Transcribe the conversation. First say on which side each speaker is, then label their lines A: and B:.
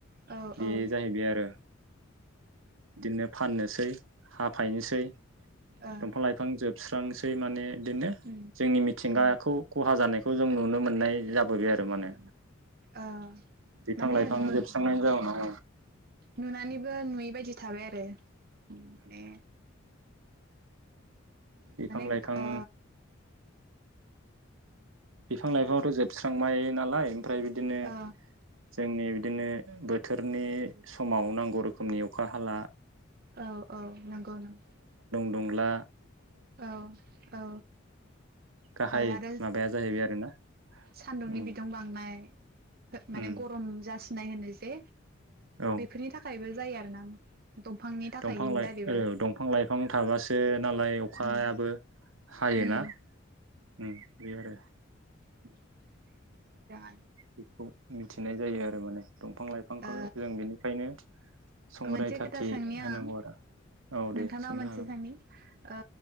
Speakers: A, on the right; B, on the right.
A: औ ओ
B: बे
A: ओ
B: जाहैबाय आरो बिदिनो फाननोसै हाफायनोसै
A: ओ
B: दंफां लाइफां जोबस्रांसै माने बिदिनो
A: उम
B: जोंनि मिथिंगाखौ
A: उम
B: जानायखौ जों नु मोननाय जाबोबाय आरो माने
A: ओ
B: बिफां
A: माने
B: लाइफां
A: ओ
B: जोबस्रांनायनि जाउनाव
A: नुनानैबो नुयै बायदि थाबाय आरो माने
B: बिफां
A: माने
B: लाइफां
A: आ
B: बिफां लाइफांथ' जोबस्रांबाय नालाय ओमफ्राय बिदिनो
A: ओ
B: जोंनि बिदिनो बोथोरनि समाव नांगौ रोखोमनि अखा हाला
A: औ औ नंगौ नोंथां
B: टंला
A: औ औ
B: गाहाय
A: आरो
B: माबाया जाहैबाय आरोना
A: सान्दुंनि
B: उम
A: ओ बिदुं बांनाय माने
B: उम
A: गरम जासिनाय होनो जे
B: औ
A: बेफोरनि थाखायबो जायो आरो ना दंफांनि थाखाय
B: दंफां लाइ
A: दारैबो
B: औ दंफां लाइफां थाबासो नालाय अखायाबो
A: उम
B: हायोना
A: उम
B: उम <unintelligible>
A: <inaudible> मोजाङानो
B: बेखौ मिथिनाय जायो आरो माने दंफां लाइफांखौ
A: ओ
B: जों बेनिखायनो संरैखाथि
A: मोनसे खोथा सोंनि
B: होनांगौ
A: आं
B: आरो औ
A: नोंथांनाव
B: दे सोंनो
A: मोनसे
B: हागोन
A: साननि ओ